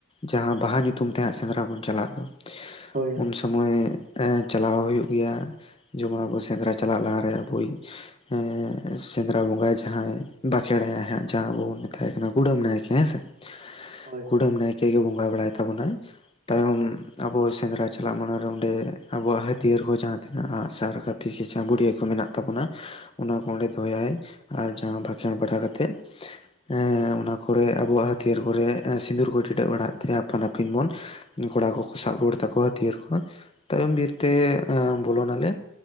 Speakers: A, on the left; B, on the right.
A: ᱡᱟᱦᱟᱸ ᱵᱟᱦᱟ ᱧᱩᱛᱩᱢ ᱛᱮ ᱦᱟᱸᱜ ᱥᱮᱸᱫᱽᱨᱟ ᱵᱚᱱ ᱪᱟᱞᱟᱜ ᱫᱚ,
B: ᱦᱳᱭ
A: ᱩᱱ ᱥᱚᱢᱳᱭ ᱮᱸ ᱪᱟᱞᱟᱣ ᱦᱩᱭᱩᱜ ᱜᱮᱭᱟ, ᱡᱮᱢᱚᱱ ᱟᱵᱚ ᱥᱮᱸᱫᱽᱨᱟ ᱪᱟᱞᱟᱜ ᱞᱟᱦᱟ ᱨᱮ ᱟᱵᱚᱭᱤᱡ ᱮᱸ ᱥᱮᱸᱫᱽᱨᱟ ᱵᱚᱸᱜᱟᱭ ᱡᱟᱦᱟᱸᱭ ᱵᱟᱸᱠᱷᱮᱲᱟᱭᱟᱭ ᱦᱟᱸᱜ ᱡᱟᱦᱟᱸ ᱟᱵᱚ ᱵᱚᱱ ᱢᱮᱛᱟᱭ ᱠᱟᱱᱟ ᱠᱩᱰᱟᱹᱢ ᱱᱟᱭᱠᱮ ᱦᱮᱸᱥᱮ,
B: ᱦᱳᱭ
A: ᱠᱩᱰᱟᱹᱢ
B: ᱦᱳᱭ
A: ᱱᱟᱭ ᱤᱝᱠᱟᱹ ᱜᱮ ᱵᱚᱸᱜᱟ ᱵᱟᱲᱟᱭ ᱛᱟᱵᱚᱱᱟᱭ ᱛᱟᱭᱚᱢ ᱟᱵᱚ ᱥᱮᱸᱫᱽᱨᱟ ᱪᱟᱞᱟᱜ ᱢᱟᱲᱟᱝᱨᱮ ᱚᱸᱰᱮ ᱟᱵᱚᱣᱟᱜ ᱦᱟᱹ ᱦᱟᱹᱛᱭᱟᱹᱨ ᱠᱚᱸ ᱡᱟᱦᱟᱸ ᱛᱤᱱᱟᱜ ᱟᱜ ᱥᱟᱨ ᱠᱟᱹᱯᱤ ᱠᱷᱮᱪᱟ ᱵᱩᱰᱤᱭᱟᱹ ᱠᱚ ᱢᱮᱱᱟᱜ ᱛᱟᱵᱚᱱᱟ, ᱚᱱᱟ ᱠᱚ ᱚᱸᱰᱮ ᱫᱚᱦᱚᱭᱟᱭ᱾ ᱟᱨ ᱡᱟᱦᱟᱸ ᱵᱟᱸᱠᱷᱮᱬ ᱵᱟᱲᱟ ᱠᱟᱛᱮᱜ ᱮᱸ ᱚᱱᱟ ᱠᱚ ᱠᱚᱨᱮ ᱟᱵᱚᱣᱟᱜ ᱦᱟᱹᱛᱭᱟᱹᱨ ᱠᱚᱨᱮᱜ ᱥᱤᱸᱫᱩᱨ ᱠᱚ ᱴᱤᱰᱟᱹᱜ ᱵᱲᱟᱜ ᱛᱮ ᱟᱯᱟᱱ ᱟᱹᱯᱤᱱ ᱵᱚᱱ ᱠᱚᱲᱟ ᱠᱚᱠᱚ ᱥᱟᱵ ᱨᱩᱣᱟᱹᱲ ᱛᱟᱠᱚᱣᱟ ᱦᱟᱹᱛᱭᱟᱹᱨ ᱠᱚ, ᱛᱟᱭᱚᱢ ᱵᱤᱨᱛᱮ ᱵᱚᱞᱚᱱᱟᱞᱮ᱾